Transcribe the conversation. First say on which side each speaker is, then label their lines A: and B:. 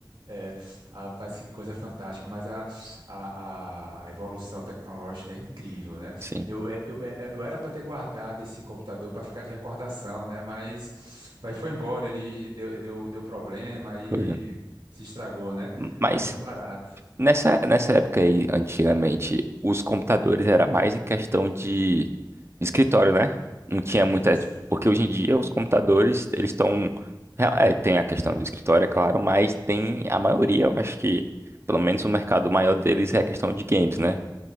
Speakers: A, on the right (about 80°); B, on the right (about 35°).
A: É, a parece que coisa fantástica, mas a, a, a evolução tecnológica é incrível, né?
B: Sim,
A: Eu, é- eu, é- eu era para ter guardado esse computador para ficar de recordação, né? Mas, mas foi embora, ele deu, deu, deu problema aí
B: foi.
A: se estragou, né?
B: Mas
A: Mas foi um barato.
B: nessa, nessa época aí, antigamente, os computadores era mais em questão de escritório, né? Não tinha
A: Isso.
B: muita. Porque hoje em dia os computadores, eles estão. É, é, tem a questão do escritório, é claro, mas tem a maioria, eu acho que, pelo menos o mercado maior deles é a questão de games, né?